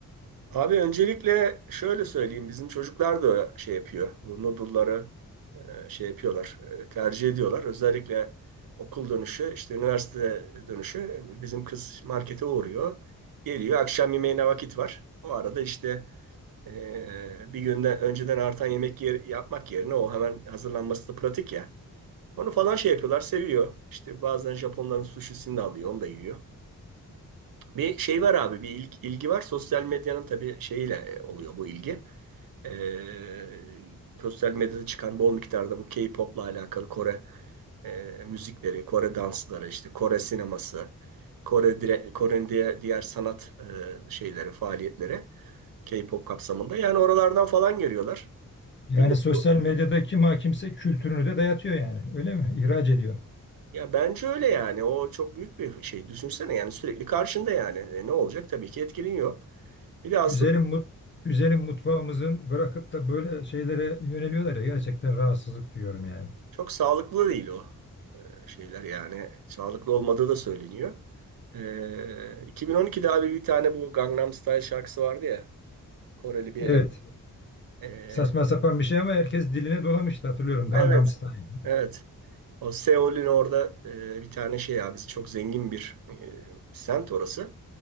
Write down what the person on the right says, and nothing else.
Abi öncelikle şöyle söyleyeyim. Bizim çocuklar da şey yapıyor. Bu noodle'ları e, şey yapıyorlar. e, Tercih ediyorlar. Özellikle okul dönüşü, işte üniversite dönüşü bizim kız markete uğruyor. Geliyor. Akşam yemeğine vakit var. O arada işte e, bir günden önceden artan yemek yer, yapmak yerine o hemen hazırlanması da pratik ya. Onu falan şey yapıyorlar. Seviyor. İşte bazen Japonların sushisini de alıyor. Onu da yiyor. Bir şey var abi, bir ilgi, ilgi var. Sosyal medyanın tabii şeyiyle e, oluyor bu ilgi. Ee, sosyal medyada çıkan bol miktarda bu K-pop'la alakalı Kore e, müzikleri, Kore dansları, işte Kore sineması, Kore dire, Kore'nin diğer, diğer sanat e, şeyleri, faaliyetleri K-pop kapsamında. Yani oralardan falan görüyorlar.
Biliyorum.
Ya bence öyle yani. O çok büyük bir şey. Düşünsene yani sürekli karşında yani. E, ne olacak? Tabii ki etkileniyor. Bir de aslında
Çok sağlıklı değil o e, şeyler yani. Sağlıklı olmadığı da söyleniyor. E, 2012'de abi bir tane bu Gangnam Style şarkısı vardı ya. Koreli bir
eleman. E,
evet.
Evet. O Seul'ün orada e, bir tane şey ya bizi çok zengin bir e, semt orası.